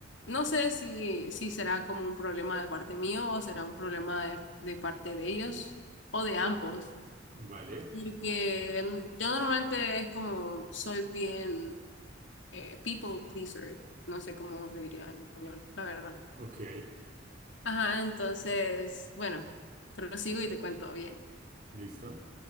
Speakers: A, on the left; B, on the right.
A: no sé si, si será como un problema de parte mío o será un problema de, de parte de ellos o de ambos,
B: Vale,
A: porque mm, yo normalmente es como soy bien eh, people pleaser, no sé cómo se diría en español, la verdad.
B: ok,
A: Ajá, entonces, bueno, prosigo y te cuento bien.
B: listo,